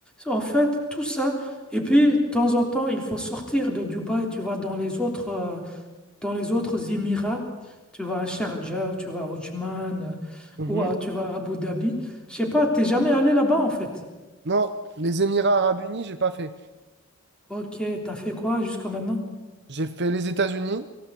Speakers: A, in the centre; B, on the right.
A: En fait, tout ça. Et puis, de temps en temps, il faut sortir de Dubaï, tu vas dans les autres, euh, dans les autres Émirats, tu vas à Sharjah, ou tu vas à Oman, euh,
B: Mhm.
A: ou à- tu vas à Abu Dhabi. Je sais pas, t'es jamais allé là-bas, en fait.
B: Non, les Émirats Arabes Unis, j'ai pas fait.
A: Ok, t'as fait quoi jusqu'à maintenant?
B: J'ai fait les États-Unis,